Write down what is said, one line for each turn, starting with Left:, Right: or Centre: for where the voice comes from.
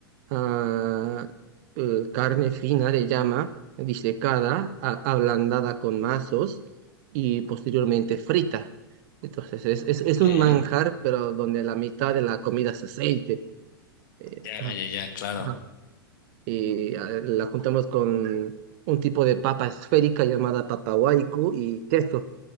Right: ah, eh, carne fina de llama, disecada, a- ablandada con mazos y posteriormente frita. Entonces, es, es, es
Left: okay.
Right: un manjar, pero donde la mitad de la comida es aceite. Eh,
Left: Ya,
Right: ajá,
Left: ya, ya, claro.
Right: ajá. Y ah, la juntamos con un tipo de papa esférica llamada papa huaico y queso.